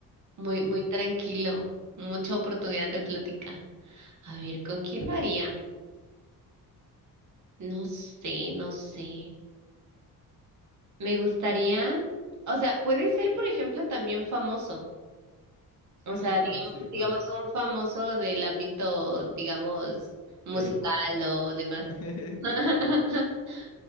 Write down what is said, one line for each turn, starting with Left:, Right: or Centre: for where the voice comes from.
Right: Muy,
Left: <laughs>
Right: muy
Left: Ujú,
Right: tranquilo, mucha oportunidad de plática. A ver,
Left: ujú.
Right: ¿con quién lo haría? No sé, no sé. Me gustaría, o sea, puede ser, por ejemplo, también famoso. O sea,
Left: Claro,
Right: digamos,
Left: sí,
Right: digamos
Left: claro.
Right: un famoso del ámbito, digamos, musical
Left: K-pop.
Right: o demás.
Left: <laughs>
Right: <laughs>
Left: De K-pop.